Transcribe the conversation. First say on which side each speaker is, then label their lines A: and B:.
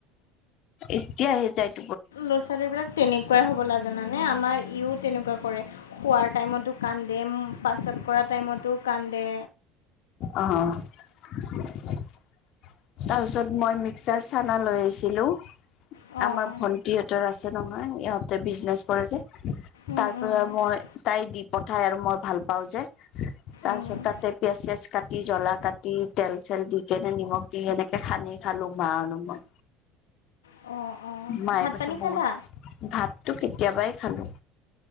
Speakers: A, on the left; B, on the left.
A: এতিয়া হে তাইক
B: ল'ৰা ছোৱালী বিলাক তেনেকুৱাই হ'বলা জানা নে আমাৰ ইও তেনেকুৱা কৰে খোৱাৰ টাইমতো কান্দে প্ৰস্ৰাৱ কৰা টাইমতো। কান্দে
A: আহ <unintelligible> তাৰপিছত মই মিক্সাৰ চানা লৈ আহিছিলোঁ।
B: অঁ
A: আমাৰ ভন্টিহঁতৰ আছে নহয় ইহঁতে বিজনেচ কৰে যে।
B: উম,
A: তাৰ পৰা
B: উম,
A: মই তাই দি পঠাই আৰু মই ভাল পাওঁ যে। তাৰ
B: উম
A: পিছত তাতে পিয়াঁজ চিয়াজ কাটি জলা কাটি তেল চেল দি কেনে নিমখ সেনেকে হানি খালো মা আৰু মই
B: অঁ অঁ
A: মায়ে
B: ভাত
A: কৈছে
B: পানী
A: বহুত
B: খালা
A: ভাততটো কেতিয়াবাই খালো।